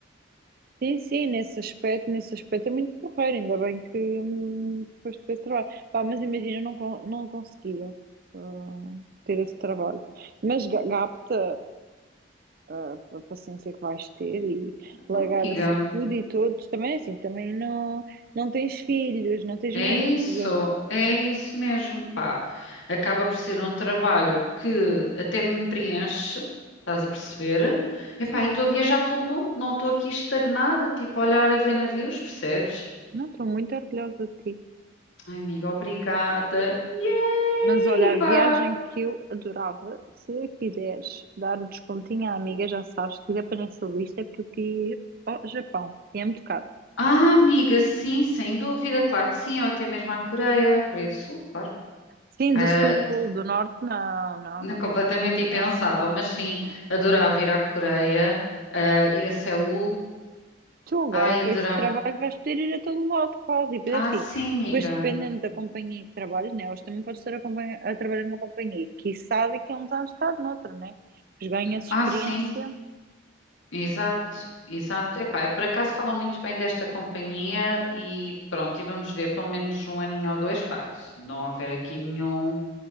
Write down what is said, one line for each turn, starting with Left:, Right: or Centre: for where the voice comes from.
Right: Sim, sim, nesse aspecto, nesse aspecto é muito porreiro, ainda bem que hum, depois depois trabalho. Pá, mas imagina, eu não, con- não conseguia hum, ter esse trabalho. Mas ga- gapta ah, a, a paciência que vais ter e largar
Left: Oh, amiga.
Right: assim tudo e todos também, assim, também não, não tens filhos, não tens
Left: É
Right: marido.
Left: isso, é isso mesmo, pá. Acaba por ser um trabalho que até me preenche, estás a perceber? Epá,
Right: Sim, sim.
Left: e estou a viajar pelo mundo, não estou aqui estagnada, tipo a olhar a ver navios, percebes?
Right: Não, estou muito orgulhosa de ti.
Left: Ai, amiga, obrigada. Yay,
Right: Mas olha, a viagem
Left: pá.
Right: que eu adorava, se quiseres dar o descontinho à amiga, já sabes, que quiser para nessa lista, é porque eu queria ir ao Japão. E é muito caro.
Left: Ah, amiga, sim, sem dúvida, claro que sim, ou até mesmo à Coreia, Coreia do Sul, claro.
Right: Sim,
Left: Ah,
Right: do sul, do norte, não,
Left: <laughs>
Right: não,
Left: não-
Right: não.
Left: completamente impensável,
Right: Não,
Left: mas sim,
Right: não.
Left: adorava ir à Coreia, ah, ir a Seul.
Right: Tu agora,
Left: Ai,
Right: com
Left: adorava.
Right: este trabalho, vais poder ir a todo lado, quase. E depois,
Left: Ah,
Right: é assim,
Left: sim, amiga.
Right: depois dependendo da companhia que trabalhas, né? Hoje também podes estar a, companhia- a trabalhar numa companhia que sabe que há uns anos está noutra, né? Pois ganhas experiência.
Left: Ah, sim, exato, exato. Epá, eu por acaso falam muito bem desta companhia e pronto, e vamos ver pelo menos um aninho ou dois, pá, se não houver aqui nenhum,